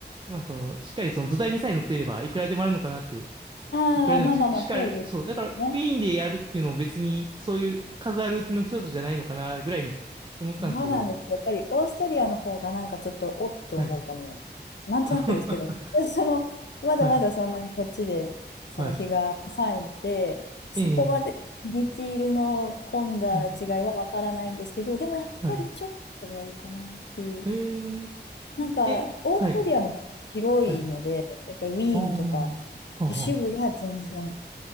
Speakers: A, on the right; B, on the left.
A: まあ、その、しっかりその土台にさえ乗っていれば、いくらでもあるのかなって、
B: ああ、
A: いくらでもししっかり、
B: まあまあまあ、そうですね。
A: そう、だから、ウィーンでやるっていうのも別に、そういう数あるうちの一つじゃないのかな、ぐらいに思ったんですけど、
B: そうなんです。やっぱりオーストリアの方がなんかちょっとおって思うかも。
A: はい。
B: なんとなくですけど、
A: <laughs>
B: <laughs> その、まだまだそんなにこっちで、
A: はい、
B: その日が浅いので、
A: はい。
B: そこまでディティールの混んだ違いはわからないんですけど、
A: ええはい、
B: でもやっぱりちょっと違うかなっていう。
A: はい。え
B: なんか、
A: ええ、
B: オーストリアも広いので、
A: はい、はい。
B: やっぱりウィーンとか、
A: ああ、はあ、はあ、
B: 都市部は全然
A: は